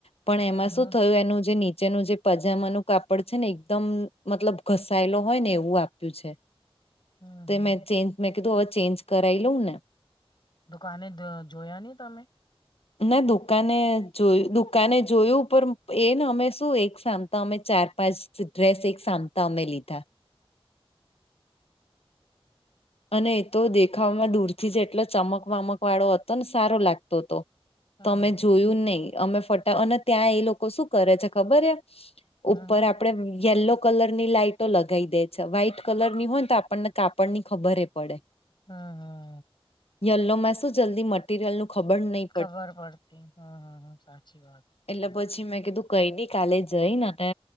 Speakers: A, on the left; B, on the left.
A: પણ
B: હમ
A: એમાં
B: હમ
A: શું થયું એનું જે નીચેનું જે પજામા નું કાપડ છે, ને એકદમ મતલબ ઘસાયેલો હોય ને એવું આપ્યું છે.
B: હમ
A: તે
B: હમ
A: મેં ચેન્જ મેં કીધું હવે ચેન્જ કરાઈ લઉં ને.
B: દુકાને જોયા નહીં તમે?
A: <inaudible> ના દુકાને જોયું દુકાને જોયું પણ એને અમે શું એક સામટો અમે ચાર પાંચ ડ્રેસ એક સામતા અમે લીધા. અને એ તો દેખાવમાં દૂર થી જેટલો ચમકવામક વાળો હતો ને સારો લાગતો હતો.
B: હમ
A: તોમે
B: હમ
A: જોયું નહી અમે ફટા અને ત્યાં એ લોકો શું કરે છે, ખબર હે
B: હમ
A: ઉપર
B: હમ
A: આપ પડે યેલો કલર ની લાઈટો લગાવી દે છે વ્હાઈટ કલર ની હોય ને તો આપણને કાપડ ની ખબરે પડે
B: હા હા
A: યલો મેં શું જલ્દી મટીરિયલ નું ખબર નહી
B: ખબર પડતી હમ હમ સાચી વાત સાચી
A: એટલે
B: વાત
A: પછી મેં કીધું કઈ બી કાલે જઈ ને